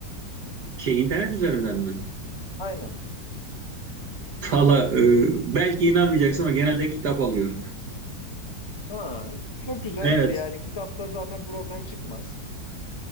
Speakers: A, on the right; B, on the left.
A: şey internet üzerinden mi?
B: Aynen.
A: Valla e, belki inanmayacaksın ama genelde kitap alıyorum.
B: Ha, çok güzel.
A: Evet.
B: Yani kitapta zaten problem çıkmaz.